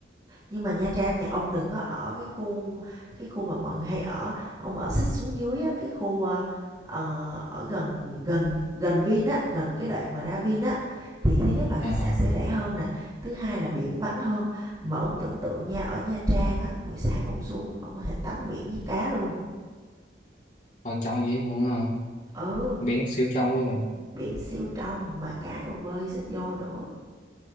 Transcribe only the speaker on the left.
à
hồi trong dữ luôn hả
biển siêu trong luôn rồi